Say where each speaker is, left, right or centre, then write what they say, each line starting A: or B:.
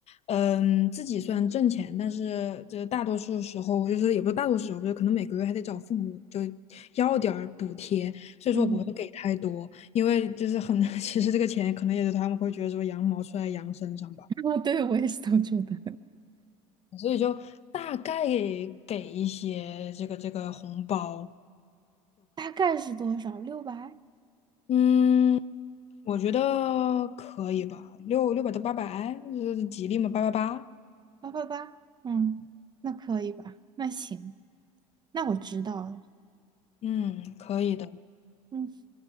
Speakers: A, on the left; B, on the right.
A: 嗯，自己虽然挣钱，但是就是大多数时候就是也不是大多数时候，就是可能每个月还得找父母就要点儿补贴，所以说我不会给太多，
B: 嗯，
A: 因为就是很 <laughs> 其实这个钱可能也是他们会觉得说羊毛出在羊身上吧，
B: <laughs> 哦，对，我也是这么觉得。
A: 所以就大概给一些这个这个红包。
B: 大概是多少？六百？
A: 嗯，我觉得可以吧，六六百到八百，呃吉利嘛，八八八，
B: 八八八？嗯，那可以吧？那行，那我知道了。
A: 嗯，可以的。
B: 嗯。